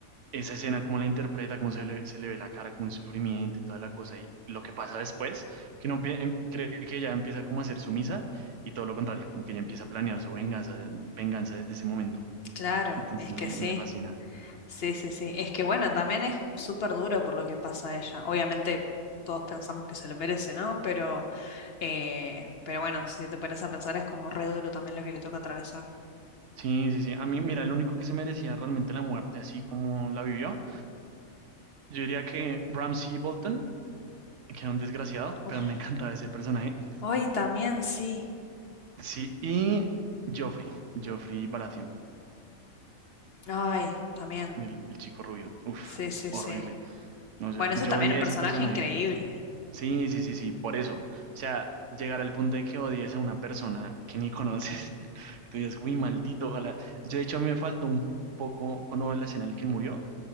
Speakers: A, on the right; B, on the left.
A: esa escena, cómo la interpreta, cómo se le, se le ve la cara, como el sufrimiento y toda la cosa. Y lo que pasa después, que uno pi- em- cree que ella empieza como a ser sumisa y todo lo contrario, como que ella empieza a planear su venganza, venganza desde ese momento.
B: Claro,
A: Entonces
B: es
A: me,
B: que sí.
A: me fascina.
B: Sí, sí, sí. Es que bueno, también es súper duro por lo que pasa a ella. Obviamente todos pensamos que se lo merece, ¿no? Pero, eh, pero bueno, si te pones a pensar es como re duro también lo que le toca atravesar.
A: Sí, sí, sí. A mí, mira, el único que se merecía realmente la muerte, así como la vivió, yo diría que Ramsay Bolton que era un desgraciado,
B: Uf.
A: pero me encantaba ese personaje.
B: Ay, también, sí.
A: Sí, y Joffrey, Joffrey Baratheon,
B: Ay, también.
A: el, el chico rubio. Uf,
B: Sí, sí,
A: horrible.
B: sí.
A: No, yo,
B: Bueno,
A: yo
B: ese también
A: odié
B: es un personaje
A: ese personaje.
B: increíble.
A: Sí, sí, sí, sí, por eso. O sea, llegar al punto de que odies a una persona que ni conoces, <laughs> tú dices, uy, maldito, ojalá. Yo, de hecho, a mí me faltó un poco, cuando veo la escena en la que murió,